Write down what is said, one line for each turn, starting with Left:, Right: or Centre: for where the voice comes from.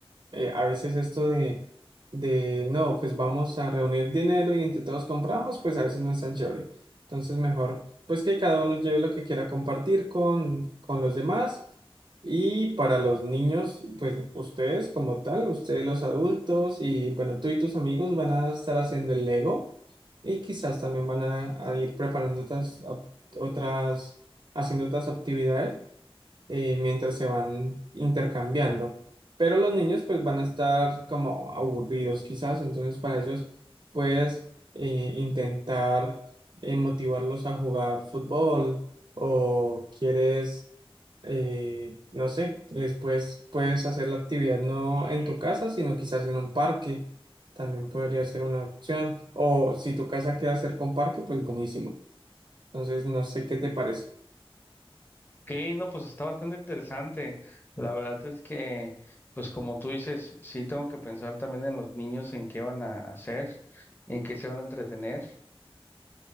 Right: eh, a veces esto de, de, no, pues vamos a reunir dinero y entre todos compramos, pues a veces no es tan chévere. Entonces mejor, pues que cada uno lleve lo que quiera compartir con, con los demás. Y para los niños, pues ustedes como tal, ustedes los adultos y bueno, tú y tus amigos van a estar haciendo el Lego y quizás también van a, a ir preparando otras, ac- otras, haciendo otras actividades eh, mientras se van intercambiando. Pero los niños pues van a estar como aburridos quizás, entonces para ellos puedes eh, intentar eh, motivarlos a jugar fútbol o quieres, eh, no sé, les puedes, puedes hacer la actividad no en tu casa, sino quizás en un parque. También podría ser una opción. O si tu casa queda cerca a un parque, pues buenísimo. Entonces, no sé qué te parece.
Left: Ok, no, pues está bastante interesante. La verdad es que pues como tú dices, sí tengo que pensar también en los niños, en qué van a hacer, en qué se van a entretener